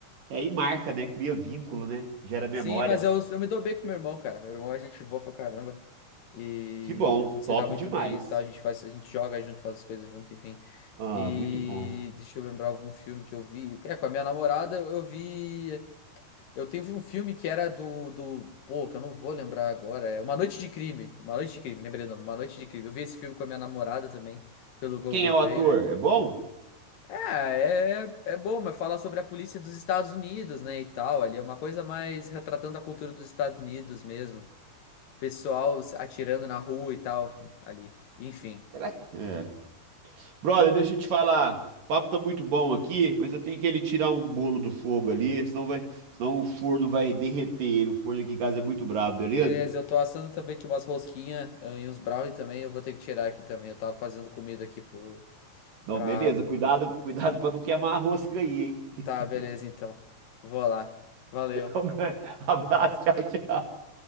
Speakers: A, on the right (about 60°); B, on the left (about 65°).
A: É, e marca, né? Cria vínculo, né? Gera memórias.
B: Sim, mas eu, eu me dou bem com meu irmão, cara. Meu irmão é gente boa pra caramba. E
A: Que bom,
B: a gente se
A: top
B: dá muito
A: demais.
B: bem e tal. A gente faz, a gente joga junto, faz as coisas junto, enfim.
A: Ah,
B: E
A: muito bom.
B: deixa eu lembrar algum filme que eu vi. É, com a minha namorada eu eu vi. Eu teve um filme que era do, do. Pô, que eu não vou lembrar agora. É Uma Noite de Crime. Uma Noite de Crime, lembrei o nome. Uma Noite de Crime. Eu vi esse filme com a minha namorada também, pelo Google
A: Quem é o
B: Play,
A: ator?
B: né?
A: É bom?
B: Ah, é, é bom, mas falar sobre a polícia dos Estados Unidos, né, e tal, ali é uma coisa mais retratando a cultura dos Estados Unidos mesmo, pessoal se atirando na rua e tal, ali, enfim.
A: Será que... É. Brother, deixa eu te falar. O papo tá muito bom aqui, mas eu tenho que ele tirar um bolo do fogo ali, senão vai, senão o forno vai derreter ele. O forno aqui em casa é muito brabo, beleza?
B: Beleza, eu tô assando também aqui umas rosquinhas ah, e uns brownie também, eu vou ter que tirar aqui também, eu tava fazendo comida aqui pro,
A: Não,
B: pra...
A: beleza. Cuidado, cuidado para não queimar a rosca aí, hein? <laughs>
B: Tá, beleza, então, vou lá, valeu.
A: Então, abraço, tchau, tchau.